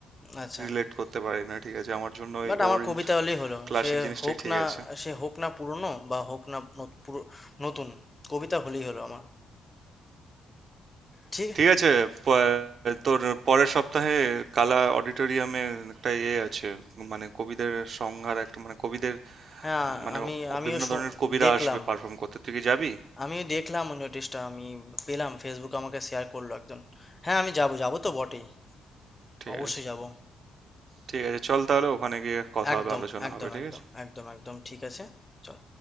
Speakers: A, on the left (about 20°); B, on the right (about 55°).
A: আচ্ছা
B: রিলেট করতে পারি না ঠিক আছে আমার জন্য ওই
A: বাট
B: ওল্ড
A: আমার কবিতা হলেই হলো
B: ক্লাসিক
A: সে
B: জিনিসটাই
A: হোক
B: ঠিক
A: না
B: আছে
A: সে হোক না পুরনো বা হোক না ন- পুরো- নতুন কবিতা হলেই হলো আমার ঠিক
B: ঠিক আছে প- তোর পরের সপ্তাহে কালা অডিটোরিয়ামে একটা ইয়ে আছে মানে কবিদের সংহার একটা মানে কবিদের
A: হ্যাঁ
B: মানে
A: আমি আমিও
B: বিভিন্ন
A: শু-
B: ধরনের কবিরা
A: দেখলাম
B: আসবে পারফর্ম করতে তুই কি যাবি
A: আমি দেখলাম ওই নোটিশটা আমি পেলাম ফেসবুকে আমাকে শেয়ার করলো একজন হ্যাঁ আমি যাবো যাবো তো বটেই
B: ঠিক
A: অবশ্যই
B: আছে
A: যাবো
B: ঠিক আছে চল তাহলে ওখানে গিয়ে কথা
A: একদম
B: হবে আলোচনা
A: একদম
B: হবে ঠিক
A: একদম
B: আছে
A: একদম একদম ঠিক আছে চল